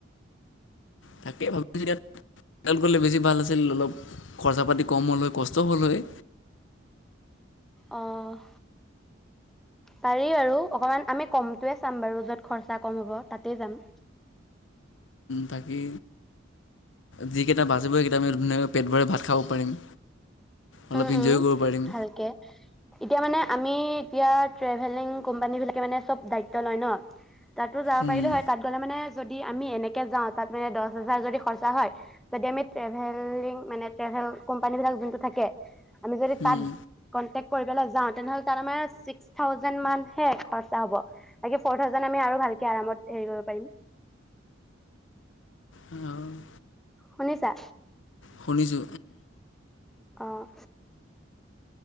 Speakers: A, on the left (about 75°); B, in the centre.
A: তাকেই ভাবিছোঁ, ইয়াত গ'লে বেছি ভাল আছিল অলপ, খৰচা পাতি কম হ'ল হয়, কষ্ট হ'ল হয়।
B: অঁ পাৰি আৰু অকনমান আমি কমটোৱে চাম বাৰু য'ত খৰচা কম হ'ব তাতে যাম।
A: বাকী যিকেইটা বাজিব সকেইটা আমি ধুনীয়াকৈ পেট ভৰে ভাত খাব পাৰিম অলপ
B: উম
A: ইনজয়ো
B: উম
A: কৰিব পাৰিম।
B: ভালকে এতিয়া মানে আমি এতিয়া ট্ৰেভেলিং কোম্পানী বিলাকে মানে চব দায়িত্ব লয় ন তাতো যাব
A: উম,
B: পাৰিলো হয় তাত গ'লে মানে যদি আমি এনেকে যাওঁ তাত মানে দহ হাজাৰ যদি খৰচা হয় যদি আমি ট্ৰেভেলিং মানে ট্ৰেভেল কোম্পানী বিলাক যোনটো থাকে উ <inaudible> আমি যদি তাত
A: উম।
B: কনটেক্ কৰিবলৈ যাঁও তেনেহলে তাত আমাৰ, চিক্স থাউজেণ্ড মান হে হ'ব, খৰচা হয় বাকি ফৰ থাউজেণ্ড আৰু ভাল কে। হেৰি কৰিব পাৰিম
A: অঁ <inaudible>
B: শুনিছা
A: শুনিছো
B: অঁ